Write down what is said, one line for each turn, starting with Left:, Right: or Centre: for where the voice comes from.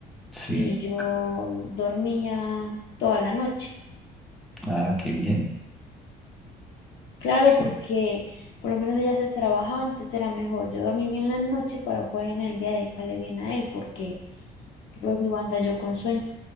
Centre: sí,
Left: y yo dormía toda la noche.
Centre: ah, qué bien,
Left: Claro,
Centre: sí,
Left: porque por lo menos ella se trabajaba, entonces era mejor yo dormí bien la noche para poder en el día dedicarle bien a él, porque luego iba a andar yo con sueño.